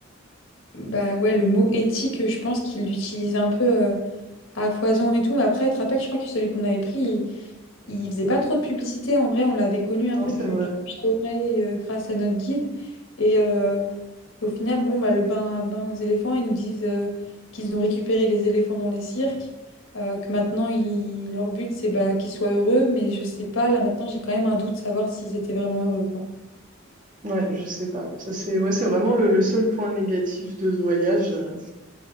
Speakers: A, on the left (about 70°); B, on the right (about 40°).
A: Bah ouais, le mot éthique, je pense qu'il l'utilisait un peu euh, à foison et tout. Mais après, tu te rappelles, je crois que celui qu'on avait pris, Il faisait pas trop de publicité, en vrai, on l'avait connu un
B: Non,
A: peu
B: c'est
A: du,
B: vrai.
A: du bouche à oreille euh, grâce à notre guide. Et euh, au final, bon, bah, le bain, bain aux éléphants, ils nous disent euh, qu'ils ont récupéré les éléphants dans les cirques, euh, que maintenant ils- leur but c'est bah, qu'ils soient heureux, mais je sais pas, là maintenant j'ai quand même un doute de savoir s'ils étaient vraiment heureux, quoi.
B: Ouais, je sais pas. Ça, c'est ouais, c'est vraiment le, le seul point négatif de ce voyage. euh,